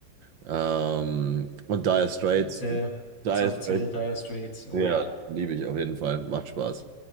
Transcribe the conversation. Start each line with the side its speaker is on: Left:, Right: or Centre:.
Right: Ähm, und Dire Straits,
Left: Cell,
Right: Dire
Left: Soft
Right: Straits,
Left: Cell, Dire Straits, oh
Right: ja,
Left: ja,
Right: liebe ich auf jeden Fall. Macht Spaß.